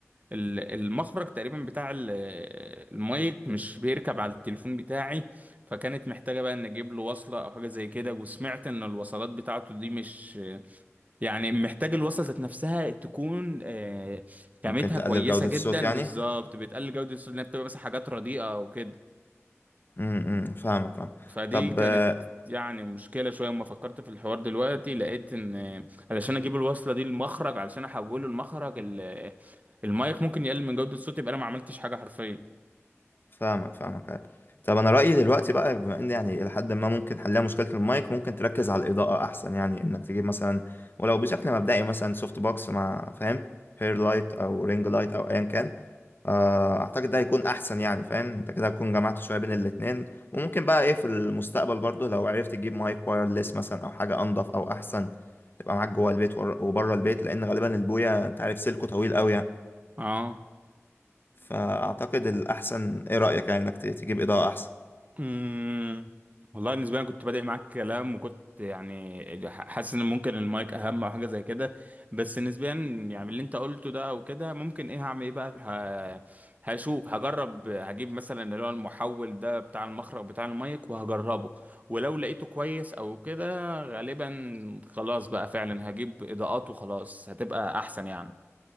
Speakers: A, on the right; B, on the left.
A: ال- المخرج تقريبا بتاع ال- آه، المايك مش بيركب على التليفون بتاعي فكانت محتاجه بقى ان اجيب له وصله او حاجه زي كده وسمعت ان الوصلات بتاعته دي مش يعني محتاج الوصفة ذات نفسها تكون آه، خامتها
B: ممكن تقلل
A: كويسة
B: جودة
A: جدا
B: الصوت يعني
A: بالظبط بتقلل جودة الصوت لأنها بتبقى مثلا حاجات رديئة أو كده
B: امم فاهمك فاهم
A: فدي
B: طب
A: كانت
B: آه،
A: يعني مشكلة شوية أما فكرت في الحوار دلوقتي لقيت إن آه، علشان أجيب الوصلة دي المخرج علشان أحوله المخرج المايك ممكن يقلل من جودة الصوت يبقى أنا ما عملتش حاجة حرفيا
B: فاهمك فاهمك أيوة. طب انا رأيي دلوقتي بقى بما ان يعني الى حد ما ممكن حلها مشكلة المايك ممكن تركز على الإضاءة احسن يعني انك تجيب مثلا ولو بشكل مبدئي مثلا سوفت بوكس مع فاهم هير لايت او رينج لايت او ايا كان آه، اعتقد ده هيكون احسن يعني فاهم انت كده هتكون جمعت شوية بين الاتنين وممكن بقى ايه في المستقبل برضو لو عرفت تجيب مايك وايرلس مثلا او حاجة انضف او احسن تبقى معاك جوه البيت ور- وبره البيت لان غالبا البوية انت عارف سلكه طويل قوي يعني
A: اه
B: فأعتقد الأحسن إيه رأيك يعني إنك ت- تجيب إضاءة أحسن
A: امم والله بالنسبه لي أنا كنت بادئ معاك كلام وكنت يعني حاسس ان ممكن المايك اهم او حاجه زي كده بس نسبيا يعني اللي انت قلته ده او كده ممكن ايه هعمل ايه بقى ه... هشوف هجرب هجيب مثلا اللي هو المحول ده بتاع المخرج بتاع المايك وهجربه ولو لقيته كويس او كده غالبا خلاص بقى فعلا هجيب اضاءات وخلاص هتبقى احسن يعني